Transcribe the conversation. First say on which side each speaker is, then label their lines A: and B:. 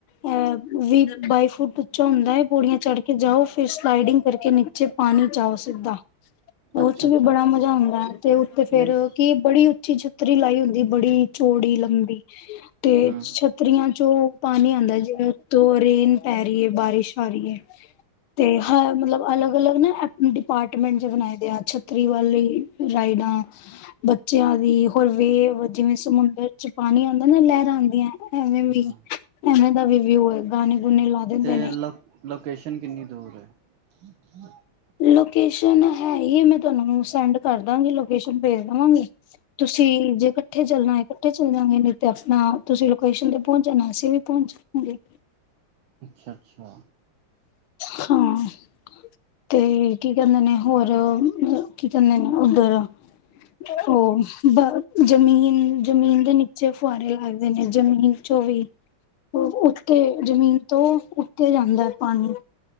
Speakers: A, on the left (about 80°); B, on the right (about 70°).
A: ਅ ਵੀਹ ਬਾਈ ਫੁੱਟ ਉੱਚਾ ਹੁੰਦਾ ਹੈ ਪੌੜੀਆਂ ਚੜ ਕੇ ਜਾਓ, ਫੇਰ ਸਲਾਈਡਿੰਗ ਕਰਕੇ ਨੀਚੇ ਪਾਣੀ 'ਚ ਆਓ ਸਿੱਧਾ। ਉਹ
B: ਅੱਛਾ
A: 'ਚ
B: ਅੱਛਾ
A: ਵੀ ਬੜਾ ਮਜ਼ਾ ਆਉਂਦਾ ਹੈ, ਤੇ ਉੱਥੇ ਫੇਰ
B: ਨਹੀਂ
A: ਕੀ ਬੜੀ ਉੱਚੀ ਛੱਤਰੀ ਲਾਈ ਹੁੰਦੀ, ਬੜੀ ਚੌੜੀ, ਲੰਬੀ, ਤੇ
B: ਹੂੰ
A: ਛ ਤਰੀਆਂ 'ਚੋਂ ਪਾਣੀ ਆਉਂਦਾ, ਜਿ ਰੇਨ ਪੈ ਰਹੀ ਹੈ, ਬਾਰਿਸ਼ ਆ ਰਹੀ ਹੈ। ਤੇ ਹ ਮਤਲਬ ਅਲੱਗ-ਅਲੱਗ ਨਾ, ਡਿਪਾਰਟਮੈਂਟ ਬਣਾਏ ਦੇ ਆ, ਛੱਤਰੀ ਵਾਲੇ ਰਾਈਡਾਂ, ਬੱਚਿਆਂ ਦੀ ਹੋਰ ਵੇ ਜਿਵੇਂ ਸਮੁੰਦਰ ਚ, ਪਾਣੀ ਆਉਂਦਾ ਨਾ, ਲਹਿਰਾਂ ਆਉਂਦੀਆਂ ਐਵੇਂ ਵੀ
B: ਹੂੰ,
A: ਇਹਨਾਂ ਦਾ ਵੀ ਵਿਊ ਹੈ, ਗਾਣੇ
B: ਅੱਛਾ।
A: ਗੁਣੇ ਲਾ ਦਿੰਦੇ
B: ਤੇ
A: ਨੇ
B: ਲੋ ਲੋਕੇਸ਼ਨ ਕਿੰਨੀ ਦੂਰ ਏ ਹਠ ਹ <inaudible>
A: ਲੋਕੇਸ਼ਨ ਹੈ ਈ ਏ ਮੈਂ ਤਾਨੂੰ ਸੈਂਡ ਕਰ ਦਾਂਗੀ ਲੋਕੇਸ਼ਨ, ਪੈਜ ਦੇਵਾਂਗੀ ਤੁਸੀਂ ਜੇ ਕੱਠੇ ਚੱਲਣਾ, ਕੱਠੇ ਚੱਲ, ਜਾਂਗੇ ਨਈ ਤੇ ਆਪਣਾ ਤੁਸੀਂ ਲੋਕੇਸ਼ਨ ਤੇ ਪਹੁੰਚ ਜਾਣਾ ਅਸੀਂ ਵੀ ਪਹੁੰਚ ਹਾਂਜੀ <unintelligible>
B: ਅੱਛਾ-ਅੱਛਾ
A: ਹਾਂ ਤੇ ਕੀ ਕਹਿੰਦੇ ਨੇ ਹੋਰ ਕੀ ਕੰਹਦੇ ਨੇ ਉੱਧਰ ਉਹ ਬ ਜ਼ਮੀਨ-ਜਮੀਨ ਦੇ ਨੀਚੇ ਫੁਆਰੇ ਲੱਗਦੇ ਨੇ ਜ਼ਮੀਨ ਚੋਂ ਵੀ ਉਹ ਉੱਤੇ ਜਮੀਨ ਤੋਂ ਉੱਤੇ ਜਾਂਦਾ ਪਾਣੀ